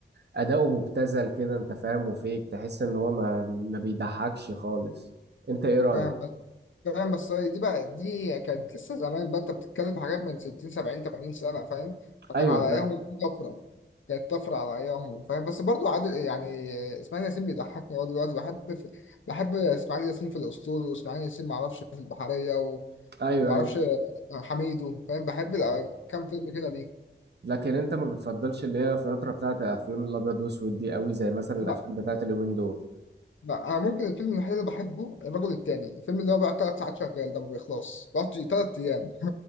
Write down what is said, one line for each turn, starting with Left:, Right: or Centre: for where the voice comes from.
Right: اداؤه مبتذل كده انت فاهم وفيك تحس ان هو ما ما بيضحكش خالص انت ايه رايك
Left: فاهم بس فاهم بس هي دي بقى دي كانت لسه زمان بقى انت بتتكلم في حاجات من 60 70 80 سنه فاهم فكان
Right: ايوه
Left: على
Right: فاهم
Left: ايامهم دي طفره كانت طفره على ايامهم فاهم بس برضه عادل يعني اسماعيل ياسين بيضحكني هو دلوقتي بحب في... بحب اسماعيل ياسين في الاسطول واسماعيل ياسين ما اعرفش في البحريه وما
Right: ايوه
Left: اعرفش
Right: ايوه
Left: حميدو فاهم بحب الع- كام فيلم كده ليه
Right: لكن انت ما بتفضلش اللي هي الفتره بتاعت افلام الابيض واسود دي قوي زي مثلا
Left: لا
Right: الافلام بتاعت اليومين دول
Left: لا انا ممكن الفيلم الوحيد اللي بحبه الرجل التاني الفيلم اللي هو بقى ثلاث ساعات شغال ده ما بيخلص بقعد ثلاث ايام